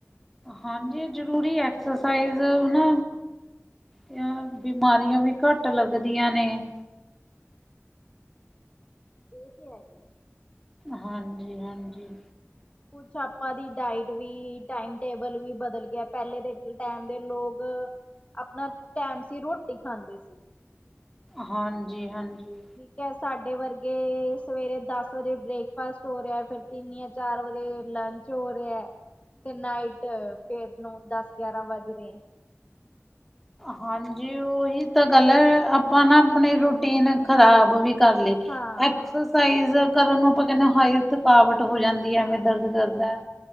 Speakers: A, in the centre; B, on the left.
A: ਹਾਂਜੀ ਜ਼ਰੂਰੀ ਐ ਐਕਸਰਸਾਈਜ਼ ਓ ਨਾ
B: ਆਹੋ।
A: ਇਓਂ ਬਿਮਾਰੀਆਂ ਵੀ ਘੱਟ ਲੱਗਦੀਆ ਨੇ।
B: ਏ ਤੇ ਹੈਈ ਐ।
A: ਹਾਂਜੀ-ਹਾਂਜੀ।
B: ਕੁੱਛ ਆਪਾਂ ਦੀ ਡਾਇਟ ਵੀ ਟਾਈਮ ਟੇਬਲ ਵੀ ਬਦਲ ਗਿਆ ਪੈਲੇ ਦੇ ਟੈਮ ਦੇ ਲੋਕ ਆਪਨਾ ਟੈਮ ਸਿਰ ਰੋਟੀ ਖਾਂਦੇ ਸੀ।
A: ਹਾਂਜੀ-ਹਾਂਜੀ।
B: ਠੀਕ ਐ ਸਾਡੇ ਵਰਗੇ ਸਵੇਰੇ ਦਸ ਵਜੇ ਬ੍ਰੇਕਫਾਸਟ ਹੋ ਰਿਆ ਫੇਰ ਤਿੰਨ ਜਾ ਚਾਰ ਵਜੇ ਲੰਚ ਹੋ ਰਿਆ। ਤੇ ਨਾਈਟ ਫੇਰ ਨੋਂ ਦਸ ਗਿਆਰਾਂ ਵੱਜ ਰਏ ਐ।
A: ਹਾਂਜੀ ਓਹੀ ਤਾਂ ਗੱਲ ਐ ਆਪਾਂ ਨਾ
B: ਹਾਂ
A: ਆਪਨੀ ਰੂਟੀਨ ਖ਼ਰਾਬ ਵੀ ਕਰਲੀ
B: ਹਾਂ
A: ਐਕਸਰਸਾਈਜ਼ ਕਰਨ ਨੂੰ ਆਪਾਂ ਕੈਨੇ ਆਂ ਹਾਏ ਥਕਾਵਟ ਹੋ ਜਾਂ ਦੀ
B: ਹਾਂਜੀ
A: ਐਵੇਂ ਦਰਦ ਕਰਦਾ।